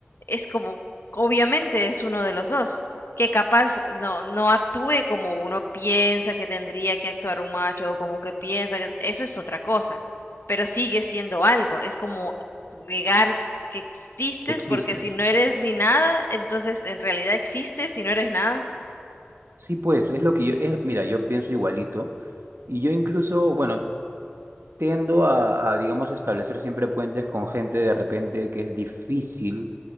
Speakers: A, on the left (about 70°); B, on the right (about 70°).
A: es como, obviamente es uno de los dos, que capaz no, no actúe como uno piensa que tendría que actuar un macho o como que piensa que eso es otra cosa, pero sigue siendo algo, es como negar que existes
B: Existes.
A: porque si no eres ni nada, entonces en realidad existes y no eres nada.
B: Sí, pues, es lo que yo, es, mira, yo pienso igualito y yo incluso, bueno, tiendo a, a, digamos, establecer siempre puentes con gente de repente que es difícil